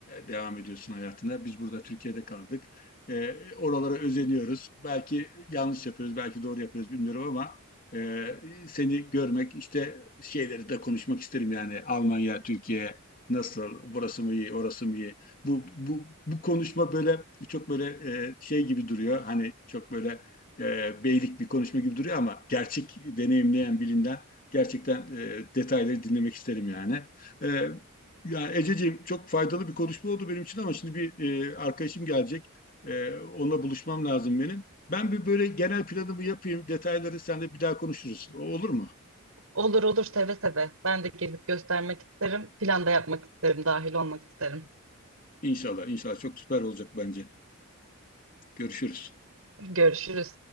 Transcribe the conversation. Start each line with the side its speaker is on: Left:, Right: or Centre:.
Left: devam ediyorsun hayatına. Biz burada Türkiye'de kaldık. E, oralara özeniyoruz. Belki yanlış yapıyoruz, belki doğru yapıyoruz bilmiyorum ama e, seni görmek, işte şeyleri de konuşmak isterim yani. Almanya, Türkiye nasıl? Burası mı iyi, orası mı iyi? Bu bu bu konuşma böyle çok böyle e, şey gibi duruyor. Hani çok böyle e, beylik bir konuşma gibi duruyor ama gerçek deneyimleyen birinden gerçekten e, detayları dinlemek isterim yani. E, yani Ececiğim çok faydalı bir konuşma oldu benim için ama şimdi bir e, arkadaşım gelecek. E, onunla buluşmam lazım benim. Ben bir böyle genel planımı yapayım. Detayları seninle bir daha konuşuruz. O Olur mu?
Right: Olur olur seve seve. Ben de gezip göstermek isterim. Plan da yapmak isterim dahil olmak isterim.
Left: İnşallah, inşallah çok süper olacak bence. Görüşürüz.
Right: Görüşürüz.